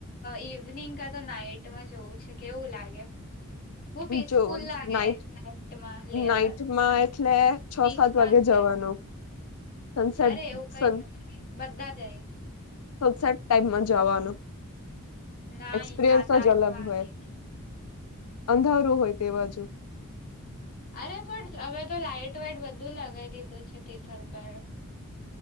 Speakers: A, on the left (about 40°); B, on the left (about 80°).
A: ઈવનિંગ ક તો નાઈટમાં જોવું છે કેવું લાગે <inaudible> બ પીસફુલ
B: જો
A: લાગે
B: નાઈટ
A: નાઈટમાં
B: નાઈટમાં
A: પાસે
B: એટલે છ
A: બીચ
B: સાત
A: પાસે
B: વાગે જવાનું સનસેટ
A: અરે એવું કઈ
B: સન
A: નથી બધા જ એ
B: સસાટ ટાઈમમાં જવાનું
A: ના
B: એક્સપિરિયન્સ
A: સાત આઠ
B: જ અલગ
A: વાગે
B: હોય અંધારું હોય તે બાજુ
A: અરે પણ હવે તો લાઈટ વાઈટ બધું લગાવી દીધું છે તિથલ પર